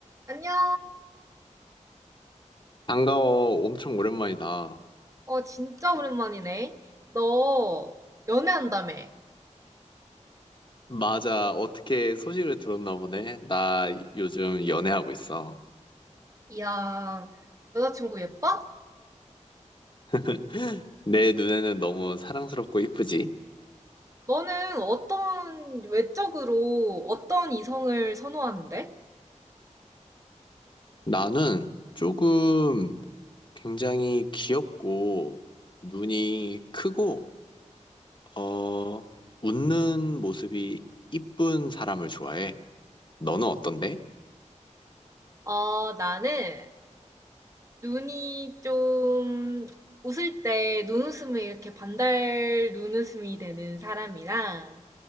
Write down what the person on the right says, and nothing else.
안녕.
어, 진짜 오랜만이네. 너 연애한다며.
이야, 여자친구 예뻐?
너는 어떤, 외적으로 어떤 이성을 선호하는데?
어, 나는 눈이 좀 웃을 때 눈웃음이 이렇게 반달 눈웃음이 되는 사람이랑